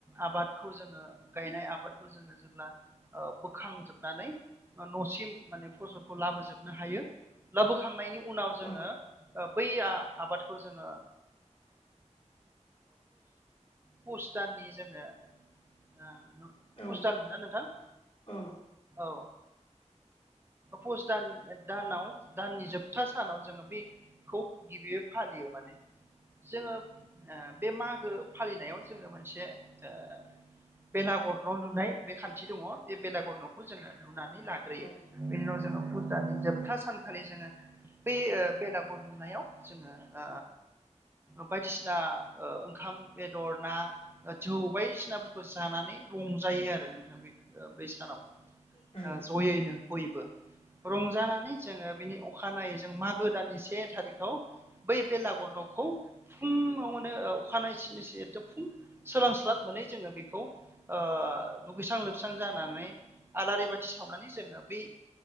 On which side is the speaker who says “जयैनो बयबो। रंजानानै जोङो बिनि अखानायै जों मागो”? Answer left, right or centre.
Right